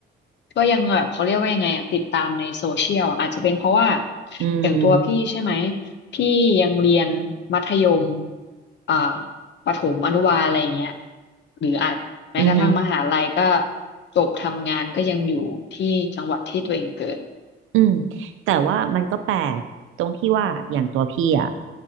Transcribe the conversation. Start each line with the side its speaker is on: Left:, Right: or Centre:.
Left: ก็ยังแบบเขาเรียกว่ายังไงอะติดตามในโซเชียลอาจจะเป็นเพราะว่า
Right: อืม
Left: อย่างตัวพี่ใช่ไหมพี่ยังเรียนมัธยมอ่าประถมอนุบาลอะไรอย่างเงี้ยหรืออาจแม้กระทั่งมหาลัยก็
Right: อือหือ
Left: จบทำงานก็ยังอยู่ที่จังหวัดที่ตัวเองเกิด
Right: อืมแต่ว่ามันก็แปลกตรงที่ว่าอย่างตัวพี่อ่ะ